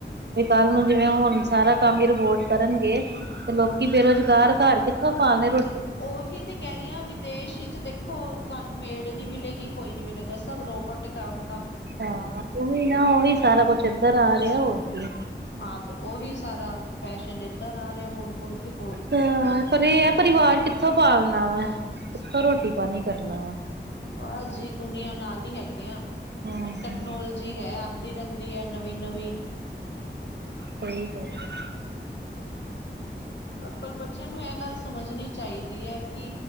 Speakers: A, on the right (about 65°); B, on the left (about 70°).
A: ਵੀ ਕੱਲ ਨੂੰ ਜਿਵੇਂ ਹੁਣ ਸਾਰਾ ਕੰਮ ਹੀ ਰਿਬੋਟ ਕਰਨਗੇ, ਤੇ ਲੋਕੀ ਬੇਰੁਜ਼ਗਾਰ ਘਰ <unintelligible> ਸ ਪਾਲ ਨੇ
B: ਤੇ ਉਹੀ ਤੇ ਕਹਿ ਰਹੀ ਆ, ਵਿਦੇਸ਼ ਵਿੱਚ ਦੇਖ ਖੋ ਤੁਹਾਨੂੰ ਮੇੜ ਨੀ ਮਿਲੇਗੀ ਕੋਈ ਨੀ ਮਿਲੇਗਾ ਸਭ ਰੋਬੋਟ ਕੰਮ
A: ਹਾਂ ੳਹੀ ਨਾ, ੳਹੀ ਸਾਰਾ ਕੁਛ ਏਧਰ ਆ ਰੇਆ ਹੋਰ ਕੀ ਏ।
B: ਹਾਂ ਤੇ ੳਹੀ ਸਾਰਾ ਫੈਸ਼ਨ ਏਧਰ ਆ ਰੇਆ ਮੁੜ-ਮੁੜ ਕੇ। ਹੋਰ ਕੀ
A: ਹਾ ਪਰ ਏਹ ਆ, ਪਰਿਵਾਰ ਕਿੱਥੋਂ ਪਾਲਨਾ ਵਾ, ਕਿੱਥੋਂ ਰੋਟੀ ਪਾਨੀ ਕਰਨਾ ਵਾ।
B: ਬਸ ਜੀ ਦੁਨੀਆਂ ਨਾਲ ਈ ਹੈਗੇ ਆਂ
A: ਹੂੰ-ਹੂੰ
B: ਟੈਕਨੋਲੋ ਜੀ ਹੈ ਆਦੀ ਰੇਂਦੀ ਐ ਨਵੀ-ਨਵੀਂ।
A: ਸਹੀ ਗੱਲ ਐ।
B: ਪਰ ਬੱਚੇਆਂ ਨੂੰ ਏਹ ਗੱਲ ਸਮਝਣੀ ਚਾਈਦੀ ਐ ਕਿ